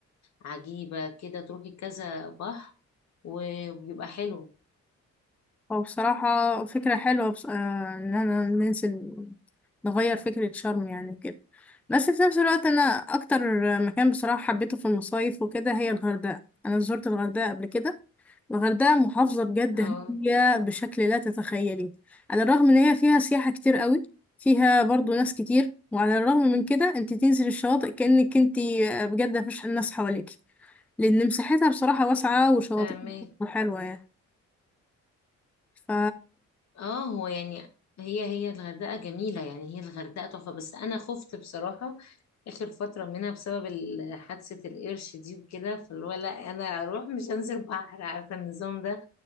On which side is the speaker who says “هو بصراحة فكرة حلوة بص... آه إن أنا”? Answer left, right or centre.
Centre